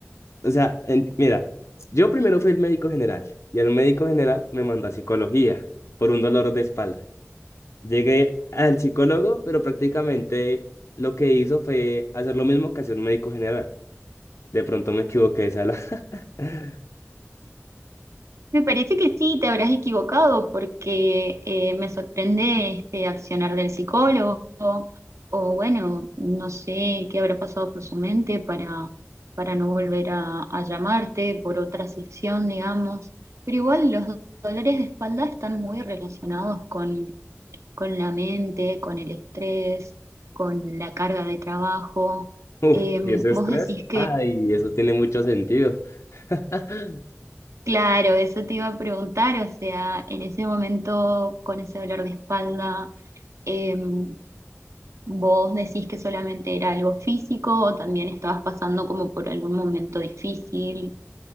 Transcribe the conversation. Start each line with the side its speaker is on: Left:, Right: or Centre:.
Left: O sea, en- mira, yo primero fui el médico general y el médico general me mandó a psicología por un dolor de espalda. Llegué al psicólogo, pero prácticamente lo que hizo fue hacer lo mismo que hacía un médico general. De pronto me equivoqué de sala. <laughs>
Right: Me parece que sí, te habrás equivocado porque eh, me sorprende este accionar del psicólogo o bueno, no sé qué habrá pasado por su mente para, para no volver a, a llamarte por otra sesión, digamos. Pero igual los do- dolores de espalda están muy relacionados con, con la mente, con el estrés, con la carga de trabajo.
Left: Uf,
Right: Em,
Left: y ese
Right: vos
Left: estrés.
Right: decís
Left: Ay, eso tiene mucho sentido. <laughs>
Right: Claro, eso te iba a preguntar, o sea, en ese momento con ese dolor de espalda, em, ¿vos decís que solamente era algo físico o también estabas pasando como por algún momento difícil?